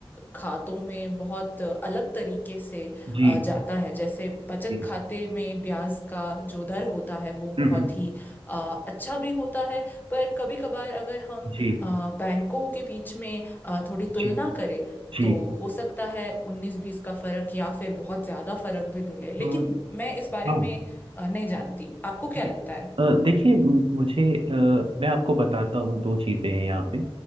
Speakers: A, on the left; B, on the right.
A: खातों में बहुत अलग तरीके से
B: जी
A: अ, जाता है जैसे बचत
B: जी
A: खाते में ब्याज का जो दर होता है वो
B: हम्म,
A: बहुत
B: हम्म,
A: ही अ, अच्छा भी होता है पर कभी कभार अगर हम
B: जी
A: अ, बैंकों के बीच में अ, थोड़ी
B: जी
A: तुलना करें
B: जी
A: तो हो सकता है उन्नीस बीस का फर्क या फिर बहुत ज्यादा फर्क भी मिले लेकिन
B: तो
A: मैं इस बारे
B: हाँ
A: में अ, नहीं जानती आपको क्या
B: जी
A: लगता है
B: अ, देखिए म- मुझे अ, मैं आपको बताता हूँ दो चीज़ें हैं यहाँ पे